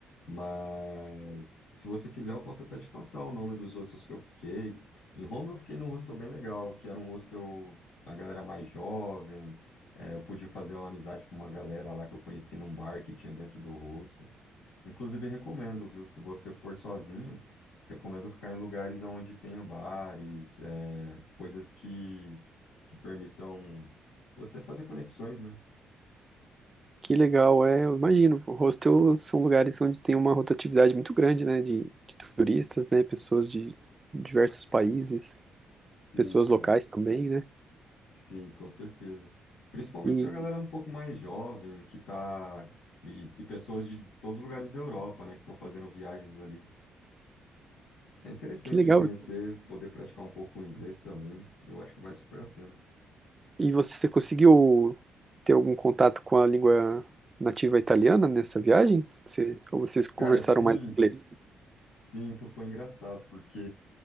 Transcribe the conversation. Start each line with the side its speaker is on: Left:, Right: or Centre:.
Left: Mas se você quiser, eu posso até te passar o nome dos hostels que eu fiquei. Em Roma, eu fiquei num hostel bem legal, que era um hostel a galera mais jovem. é, eu pude fazer uma amizade com uma galera lá que eu conheci num bar que tinha dentro do hostel. Inclusive, recomendo, viu? Se você for sozinho, recomendo ficar em lugares onde tenha bares, é, coisas que, que permitam você fazer conexões, né?
Right: Que legal, é, eu imagino. Hostels são lugares onde tem uma rotatividade muito grande, né, de, de turistas, né, pessoas de diversos países,
Left: Sim,
Right: pessoas
Left: cara.
Right: locais também, né?
Left: Sim, com certeza. Principalmente
Right: E
Left: a galera um pouco mais jovem, que tá. E, e pessoas de todos os lugares da Europa, né, que estão fazendo viagens ali. É interessante
Right: que legal.
Left: conhecer, poder praticar um pouco o inglês também. Eu acho que vale super a pena.
Right: E você conseguiu ter algum contato com a língua nativa italiana nessa viagem? Você, ou vocês conversaram
Left: Cara, sim.
Right: mais inglês?
Left: Sim, isso foi engraçado, porque